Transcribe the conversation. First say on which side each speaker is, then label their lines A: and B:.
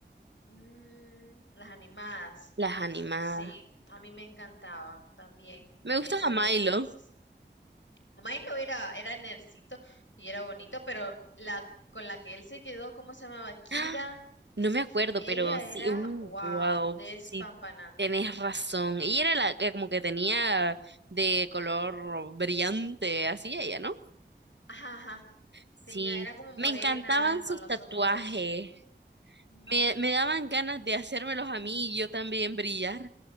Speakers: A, on the left; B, on the right.
A: Mm, las animadas.
B: las animadas.
A: Sí, a mí me encantaba también
B: Me
A: esa
B: gustaba Milo.
A: de Atlantis. Milo era, era nercito y era bonito, pero la con la que él se quedó, ¿cómo se llamaba? Kida.
B: ¡Ah! No me acuerdo, pero
A: Ella
B: sí,
A: era,
B: uh,
A: wow,
B: wow,
A: despampanante.
B: sí, tenés razón. Y era la que como que tenía de color brillante, así ella, ¿no?
A: Ajá, ajá.
B: Sí,
A: Tenía, era como morena,
B: me encantaban sus
A: con los
B: tatuajes.
A: ojos. Ujú.
B: Me, me daban ganas de hacérmelos a mí y yo también brillar.